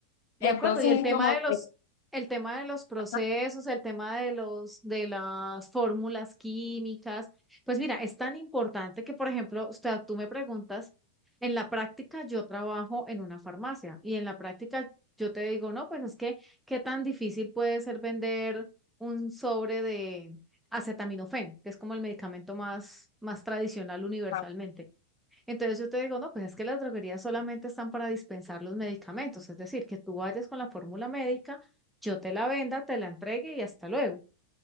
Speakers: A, in the centre; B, on the left.
A: De
B: Entonces
A: acuerdo, y el tema
B: es como
A: de los,
B: que,
A: el tema de los procesos,
B: ajá,
A: el tema de los, de las fórmulas químicas, pues mira, es tan importante que, por ejemplo, o sea, tú me preguntas, en la práctica yo trabajo en una farmacia y en la práctica yo te digo, no, pues es que, ¿qué tan difícil puede ser vender un sobre de acetaminofén, que es como el medicamento más, más tradicional universalmente?
B: ajá,
A: Entonces yo te digo, no, pues es que las droguerías solamente están para dispensar los medicamentos, es decir, que tú vayas con la fórmula médica, yo te la venda, te la entregue y hasta luego.